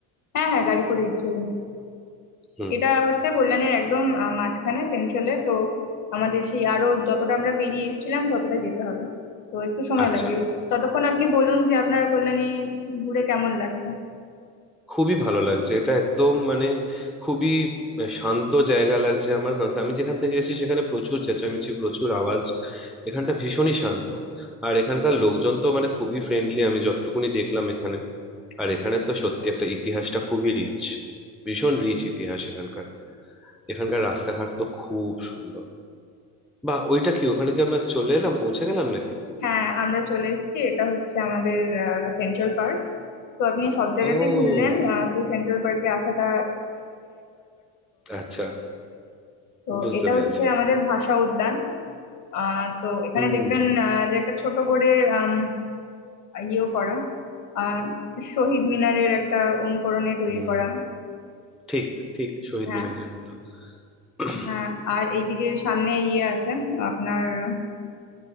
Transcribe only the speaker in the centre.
হুম
আচ্ছা
খুবই ভালো লাগছে এটা একদম মানে খুবই শান্ত জায়গা লাগছে আমার কারণ কি আমি যেখান থেকে এসেছি সেখানে প্রচুর চেঁচামেচি প্রচুর আওয়াজ এখানটা ভীষণই শান্ত আর এখানকার লোকজন তো মানে খুবই ফ্রেন্ডলি আমি যতটুকুনি দেখলাম এখানে আর এখানে তো সত্যি একটা ইতিহাসটা খুবই রিচ ভীষণ রিচ ইতিহাস এখানকার এখানকার রাস্তাঘাট তো খুব সুন্দর বা ওইটা কি ওখানে কি আমরা চলে এলাম পৌঁছে গেলাম নাকি
ও
আচ্ছা
বুঝতে
পেরেছি
হুম
হুম
ঠিক ঠিক শহীদ
মিনারের মতো <clears throat>